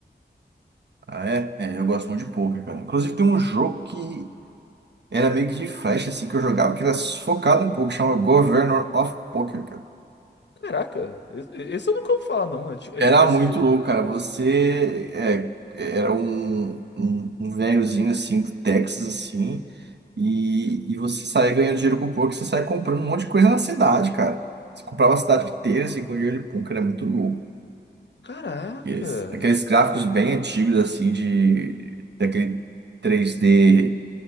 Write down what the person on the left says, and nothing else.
Caraca, e- e- esse eu nunca ouvi falar, não. É de, é
de que esse
jogo?
Caraca!